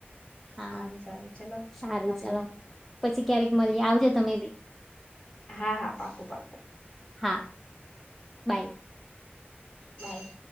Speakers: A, in the centre; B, on the left (about 30°).
A: હા
B: સારું સારું ચલો
A: સારું
B: આવજો
A: ચાલો પછી ક્યારેક મલીએ
B: હા
A: આવજો
B: હા
A: તમે બી
B: હા હા પાકું પાકું
A: હા બાય
B: બાય